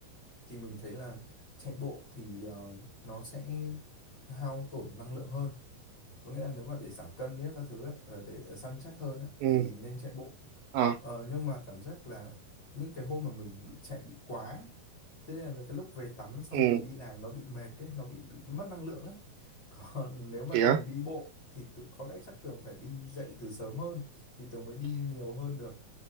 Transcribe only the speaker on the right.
Ừ.
À,
ừ.
Thế á.